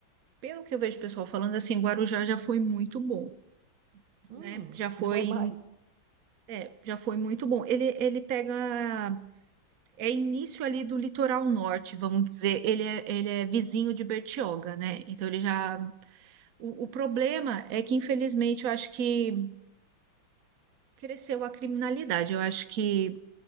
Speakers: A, on the right (about 55°); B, on the right (about 85°).
A: pelo que eu vejo o pessoal falando, assim, Guarujá já foi muito bom,
B: Hum,
A: né? Já foi
B: não é mais.
A: É, já foi muito bom. Ele, ele pega, é início ali do litoral norte, vamos dizer. Ele é, ele é vizinho de Bertioga, né? Então ele já. O, o problema é que, infelizmente, eu acho que cresceu a criminalidade. Eu acho que.